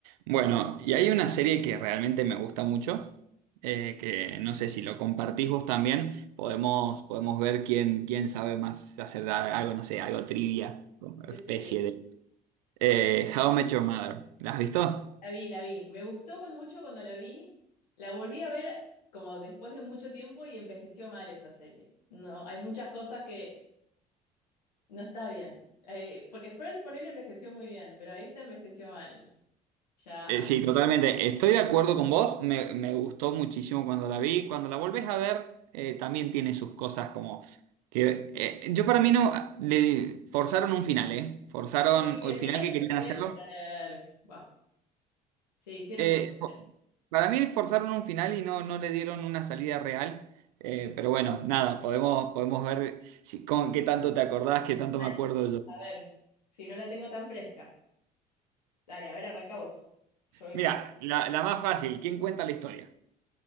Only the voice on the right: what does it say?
Bueno, y hay una serie que realmente me gusta mucho, eh, que no sé si lo compartís vos también, podemos, podemos ver quién, quién sabe más hacer a- algo, no sé, algo trivia, como especie
de... Eh, How I Met Your Mother, ¿la has visto?
Eh, sí, totalmente. Estoy de acuerdo con vos, me, me gustó muchísimo cuando la vi. Cuando la volvés a ver, eh, también tiene sus cosas como... que eh, Yo para mí no... Le forzaron un final, ¿eh? Forzaron
o
el final
que
querían
hacerlo.
Eh,
Para mí forzaron un final y no, no le dieron una salida real. Eh, pero bueno, nada, podemos, podemos ver si, con qué tanto te acordás, qué tanto
me acuerdo yo.
Mira,
la, la más fácil, ¿quién cuenta la historia?